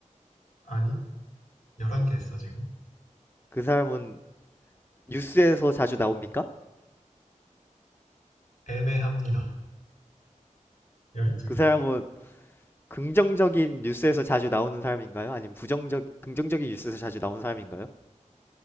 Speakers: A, on the left; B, on the left.
A: 아니, 11개 했어, 지금.
B: 그 사람은 뉴스에서 자주 나옵니까?
A: 애매합니다. 12개.
B: 그 사람은 긍정적인 뉴스에서 자주 나오는 사람인가요? 아니면 부정적 긍정적인 뉴스에서 자주 나오는 사람인가요?